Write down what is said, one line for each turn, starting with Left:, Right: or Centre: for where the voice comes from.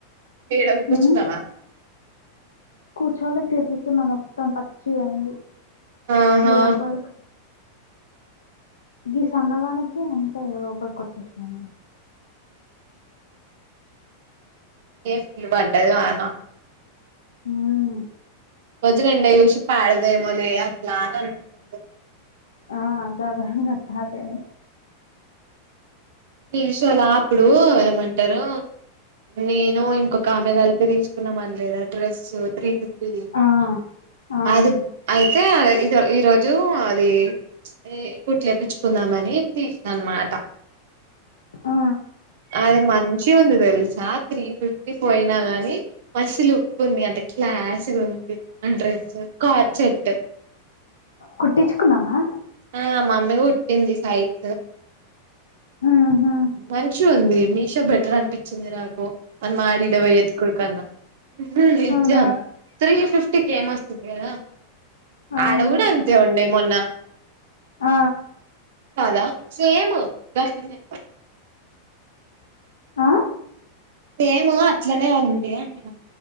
Right: ఎడ కూర్చున్నావా
Left: ఉమ్ కూర్చోలే తిరుగుతున్న మొత్తం పచ్చిగా అయింది
Right: ఆహా
Left: లోపడికి గి సన్నదానికే అంటే లోపలికి వచ్చేసినానే
Right: ఏ ఫుల్ పడ్డది వాన
Left: ఉమ్మ్
Right: వజ్ రెండైయ్ చూసి పాడదేమోలే అట్లా అని అనుకున్నా
Left: ఆ సడన్గా స్టార్ట్ అయింది
Right: మీ షోలో అపుడు ఏమంటారు నేను ఇంకొక ఆమె కలిపి తీసు కున్నాం అనలేదా డ్రెస్ త్రీ ఫిఫ్టీది
Left: ఆ ఆ
Right: అది అయితే ఇది ఈరోజు అది ఏ కుట్లేయిచ్చుకున్నామని తీసిన అనమాట
Left: ఆ
Right: అది మంచిగ ఉంది తెలుసా త్రీ ఫిఫ్టీ పోయినా గాని మస్ లుక్ ఉంది అంట క్లాస్గా ఉంది అ డ్రెస్ కాచట్
Left: కుట్టించుకున్నావా
Right: ఆ మమ్మీ కుటింది సైడ్
Left: ఉహు
Right: మంచి ఉంది మీషో బెటర్ అనిపించింది నాకు మనం ఆడ ఈడ ఓయ్ ఎత్తుకోడం కన్నా నిజ్జం
Left: అవునా
Right: త్రీ ఫిఫ్టీకి ఎమస్ తే కదా
Left: అవును
Right: ఆడ కూడా అంతే ఉండే మొన్న
Left: ఆ
Right: కాద సేమ్ గట్లనే
Left: ఆ
Right: సేము అట్లనే ఉంది అంటున్నా